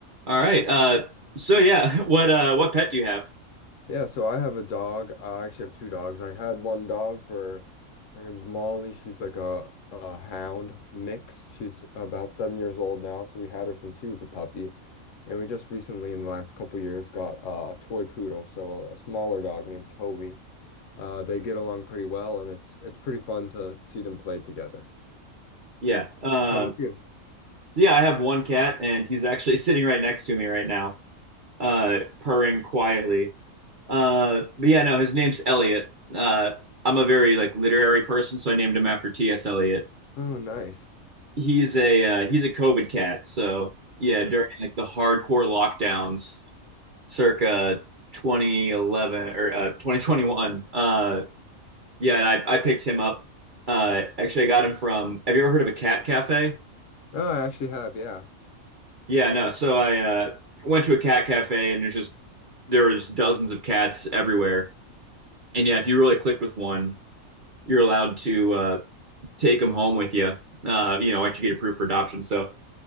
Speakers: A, on the right (about 50°); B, on the left (about 70°).
A: All right. Uh, so yeah, <laughs> what uh, what pet do you have?
B: Yeah, so I have a dog. I actually have two dogs. I had one dog for her name's Molly. She's like a a hound mix. She's about seven years old now, so we had her since she was a puppy. And we just recently, in the last couple years, got uh, a toy poodle, so a, a smaller dog named Toby. Uh, they get along pretty well, and it's it's pretty fun to see them play together.
A: Yeah. Um,
B: How about you?
A: so yeah, I have one cat, and he's actually <laughs> sitting right next to me right now, uh, purring quietly. Uh, but yeah, no, his name's Elliot. Uh, I'm a very like literary person, so I named him after T.S. Eliot.
B: Oh, nice.
A: He's a uh, he's a COVID cat, so yeah,
B: Yeah.
A: during like the hardcore lockdowns, circa 2011 or uh, 2021, uh, Yeah, and I, I picked him up. Uh, actually, I got him from. Have you ever heard of a cat cafe?
B: Oh, I actually have, yeah.
A: Yeah, no. So I uh, went to a cat cafe, and there's just there was dozens of cats everywhere. And yeah, if you really clicked with one, you're allowed to uh, take him home with you. Uh, you know, once you get approved for adoption. So